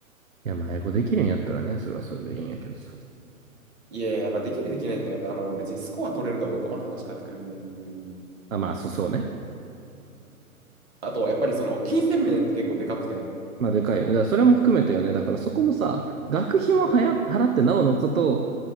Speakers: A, on the right; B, on the right.
A: や、まあ、英語できるんやったらね、それはそれでいいんやけどさ。
B: いやいや、まあ、できるできないとか、やっぱあの別にスコア取れるかどうかまた話変わってくるんで。うん。
A: あ、まあ、そそうね。
B: あと、やっぱりその金銭面って結構でかくて、
A: まあ、でかいよね。だからそれも含めてよね。だからそこもさ、学費もはや払ってなおのことを、
B: うん